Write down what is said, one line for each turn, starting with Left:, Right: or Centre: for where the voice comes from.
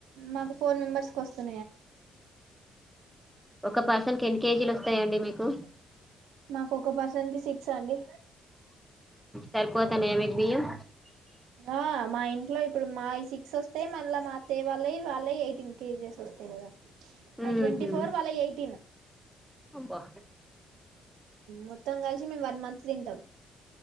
Right: మాకు ఫోర్ మెంబర్స్ క వస్తంది
Centre: ఒక పర్సన్ కి ఎన్ని కేజీలు వస్తాయంండి మీకు
Right: మాకు ఒక పర్సన్ కి సిక్స్ అండి
Centre: సరిపోతున్నాయా మీకు బియ్యం
Right: ఆ మా ఇ ఇంట్లో ఇప్పుడు మాయి సిక్స్ వస్తాయి మళ్ళా మా అత్తయ్య వాళ్ళ వాళ్ళ ఎయిటీన్ కేజెస్ వస్తాయి కదా మా
Centre: ఊహు
Right: ట్వంటీ ఫోర్ వాళ్ళ ఎయిటీన్
Centre: అబ్బా
Right: మొత్తం కలిసి మేము వన్ మంత్ తింటాం